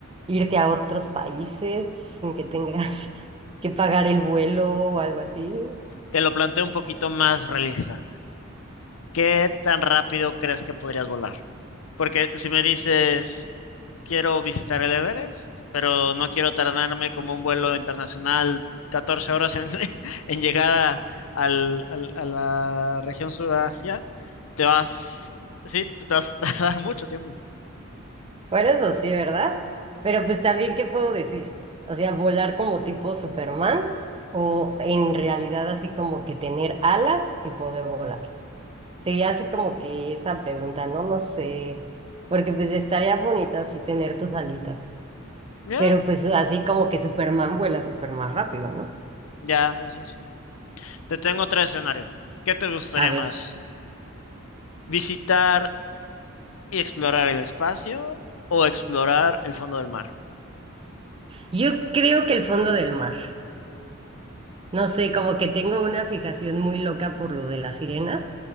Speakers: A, on the right; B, on the left.
A: irte a otros países sin que tengas <laughs> que pagar el vuelo o algo así.
B: Te lo planteo un poquito más realista. ¿Qué tan rápido crees que podrías volar? Porque si me dices, quiero visitar el Everest, pero no quiero tardarme como un vuelo internacional 14 horas en, <laughs> en llegar a, al- al- a la región Sudasia, te vas, sí, te vas a <laughs> tardar mucho tiempo.
A: Bueno, eso sí, ¿verdad? Pero pues también, ¿qué puedo decir? O sea, volar como tipo Superman o en realidad así como que tener alas y poder volar. Sería así como que esa pregunta, ¿no? No sé, porque pues estaría bonito así tener tus alitas,
B: Ya,
A: pero pues así como que Superman vuela súper más rápido, ¿no?
B: ya, eso sí. Te tengo otro escenario. ¿Qué te gustaría
A: A ver,
B: más? ¿Visitar y explorar el espacio o explorar el fondo del mar?
A: yo creo que el fondo del mar, no sé, como que tengo una fijación muy loca por lo de la sirena